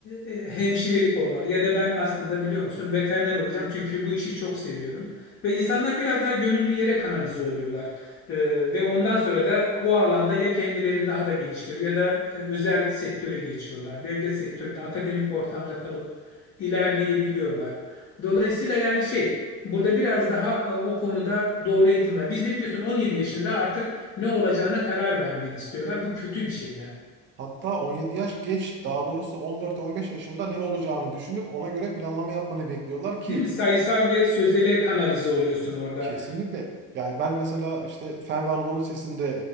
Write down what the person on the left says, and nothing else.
e, hemşirelik olmalı. Ya da ben aslında biliyor musun veteriner olacağım çünkü bu işi çok seviyorum. Ve insanlar biraz daha gönüllü yere kanalize oluyorlar. Ee, ve ondan sonra da o alanda ya kendilerini daha da geliştiriyor ya da e, özel sektöre geçiyorlar. Devlet sektöründe akademik ortamda kalıp ilerleyebiliyorlar. Dolayısıyla yani şey burada biraz daha e, o konuda doğru eğitim var. Bizde biliyorsun 17 yaşında artık ne olacağına karar vermeni istiyorlar. Bu kötü bir şey yani.
Değil mi? Sayısal ve sözele kanalize oluyorsun orada